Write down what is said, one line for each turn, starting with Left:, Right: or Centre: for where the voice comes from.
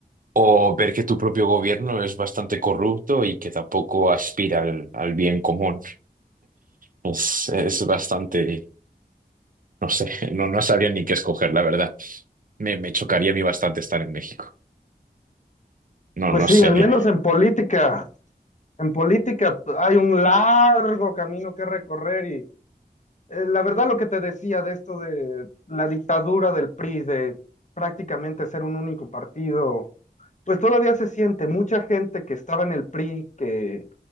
Right: o ver que tu propio gobierno es bastante corrupto y que tampoco aspira al, al bien común. Es, es bastante, no sé, <laughs> no, no sabría ni qué escoger, la verdad. Me, me chocaría a mí bastante estar en México. No,
Left: Pues
Right: no
Left: sí,
Right: sé,
Left: al menos en política. En política hay un largo camino que recorrer y eh, la verdad lo que te decía de esto de la dictadura del PRI, de prácticamente ser un único partido, pues todavía se siente mucha gente que estaba en el PRI, que